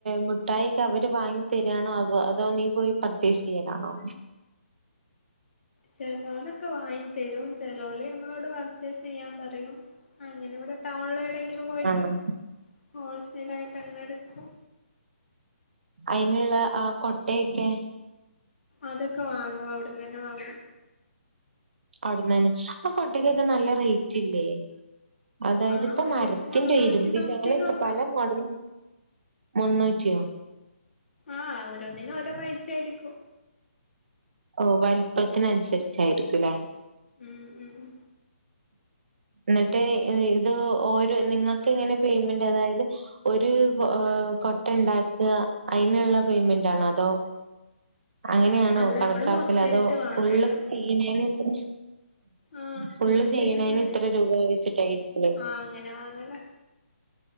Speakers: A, on the right (about 55°); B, on the left (about 60°).
A: മുഠായിക്കെ അവര് വാങ്ങി തരാണോ അ അതോ നീ പോയി പർച്ചേസ് ചെയ്യാ ലാണോ
B: ചെലോലൊക്കെ വാങ്ങി തരും ചെലോല് നമ്മളോട് പർച്ചേസ് ചെയ്യാൻ പറയും അങ്ങനെ ഇവിടെ ടൗണിലെ എടെങ്കിലും പോയിട്ട്
A: ആഹ്
B: ഹോൾസെൽ ആയിട്ട് അങ്ങനെ എടുക്കും
A: അയിന്ള്ള ആ കൊട്ടയൊക്കെ
B: അതൊക്കെ വാങ്ങും അവിടന്ന് തന്നെ വാങ്ങും
A: അവിടന്നന്നെ ആ കൊട്ടക്കൊക്കെ നല്ല റേറ്റ് ഇല്ലേ അതായത്
B: ആ
A: ഇപ്പോ
B: ഒരു
A: മരത്തിന്റെ
B: മുന്നൂറ്റി
A: ഇരുമ്പിനക്കെ
B: സംതിങ്
A: ഞങ്ങള്
B: ഒക്കെ
A: പല മോഡലും മുന്നൂറ്റിയോ
B: ആഹ് ഓരോന്നിനും ഓരോ റേറ്റാരിക്കും
A: ഓഹ് വലിപ്പത്തിനനുസരിച്ചായിരിക്കൂ ലേ
B: ഉം ഉം ഉം
A: എന്നിട്ട് ഇത് ഓരോ നിങ്ങൾക്ക് എങ്ങനെ പേയ്മെൻ്റ് അതായത് ഒരു കൊ ഓഹ് കൊട്ട ഉണ്ടാക്കുക അയിനുള്ള പേയ്മെന്റ് ആണോ അതോ അങ്ങനെയാണോ
B: അല്ല
A: കണക്കാക്കല്
B: നമ്മള് മൊത്തായിട്ട്
A: അതോ
B: വാങ്ങല
A: ഫുള്ള് ചെയ്യുന്നേന് ഇത്ര
B: ആഹ്
A: ഫുള്ള് ചെയ്യണേന്
B: ചെയ്യുന്നേന്
A: ഇത്ര രൂപ വെച്ചിട്ടായിരിക്കോ
B: ആഹ് അങ്ങനെ വാങ്ങല